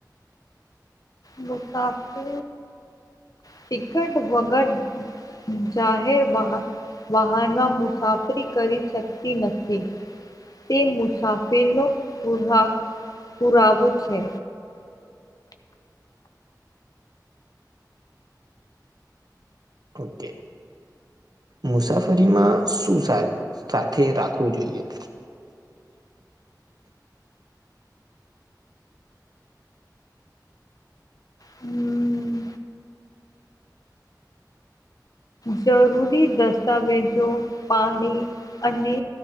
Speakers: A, on the left; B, on the right.
A: મુકાફએ ટિકટ વગર જાહેર વાહ વાહન માં મુસાફરી કરી શકતી નથી તે મુસાફિરનો પુરા પુરાવો છે
B: ઓકે મુસાફરીમાં શું સાથે રાખવું જોઈએ
A: હમ જરૂરી દસ્તાવેજો પાણી અને